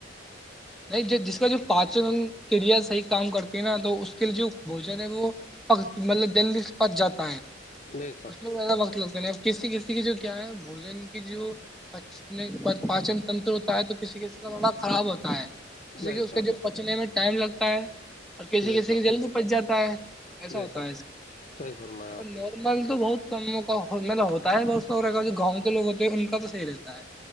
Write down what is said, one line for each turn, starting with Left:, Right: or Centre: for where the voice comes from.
Centre: نہیں جس کا جو پاچن کریا صحیح کام کرتی ہے نا تو اس کے لیے جو بوجن ہے وہ مطلب دہی کے پس جاتا ہے
Left: بے شک
Centre: اس میں زیادہ وقت لگتے ہیں کسی کسی کی جو کیا ہے بوجن کی جو پچ پاچن تنتر ہوتا ہے تو کسی کسی کا تھوڑا خراب ہوتا ہے جیسے
Left: بے
Centre: کہ اس
Left: شک
Centre: کا جو پچنے میں ٹائم لگتا ہے اور کسی
Left: بے
Centre: کسی
Left: شک
Centre: کی جلدی پچ جاتا ہے ایسا
Left: بے
Centre: ہوتا
Left: شک
Centre: ہے اس کا
Left: صحیح فرمایا آپ
Centre: مطلب
Left: نے
Centre: مل تو بہت کم کا مطلب ہوتا ہے ب ا گاؤں کے لوگ ہوتے ہیں ان کا تو صحیح رہتا ہے